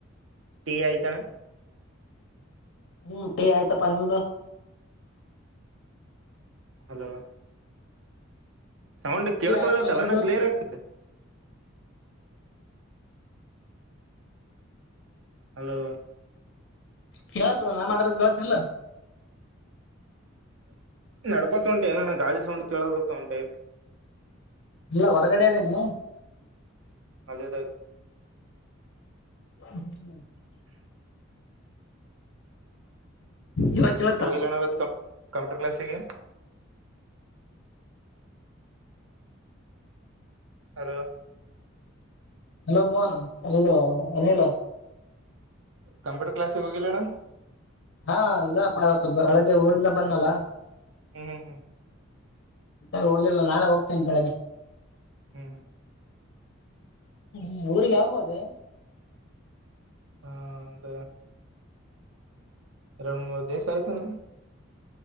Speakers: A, on the right (about 80°); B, on the left (about 60°).
A: ಟೀ ಆಯಿತಾ?
B: ಹ್ಮ್ ಆಯ್ತಪ್ಪಾ ನಿಮ್ದು?
A: ಹಲೋ ಸೌಂಡ್ ಕೆೇಳಸಲಗತ್ತಲನ
B: ಟೀ ಆಯ್ತು ನಿಮ್ದು
A: ಕ್ಲಿಯರ್ ಆಗೆ ಹಲೋ
B: ಕೇಳಳ್ತದ ನಾ ಮಾಡತಾಡದು ಕೇಳ್ತಿತಾ ಇಲ್ವೋ
A: ನಡ್ಕೋತ ಉಂಟೆ ಏನ ಗಾಳಿ ಸೌಂಡ್ ಕೇಳತ್ತ ಉಂಟೆ
B: ಇಲ್ಲ ಹೊರಗಡೆ ಇದೀನಿ
A: ಅದೇದ <unintelligible>
B: ಹ್ಮ <inaudible> ಇವಾಗ ಕೇಳತ್ತಾ
A: ತೋಗಿಲ್ಲ ಅಣ್ಣ ಇವತ್ತು ಕಂಪ್ಯೂಟರ್ ಕ್ಲಾಸಿಗೆ ಹಲೋ
B: ಹಲೋ ಭುವನ ಎಲ್ ಇದೆಯೋ ಅನಿಲ
A: ಕಂಪ್ಯೂಟಾರ್ ಕಾಲಸಿಗ್ ಹೋಗಿಲ್ಲಾನ್ನ
B: ಹಾ ಇಲ್ಲಪ್ಪ ಇವತ್ತು ಬೆಳಗ್ಗೆ ಊರಿಂದ ಬಂದಲ್ಲಾ
A: ಹ್ಮ ಹ್ಮ ಹ್ಮ್
B: ಹೋಗಲಿಲ್ಲ ನಾಳ ಹೋಗ್ತೇನಿ ಬೆಳಗ್ಗೆ
A: ಹ್ಮ್ ಹ್ಮ್
B: ಹ್ಮ ಊರಿಗ್ ಯಾವಗೋದೇ
A: ಹ ಅಂತ ಎರಡು ಮೂರ್ ದಿವಸ ಆಯ್ತು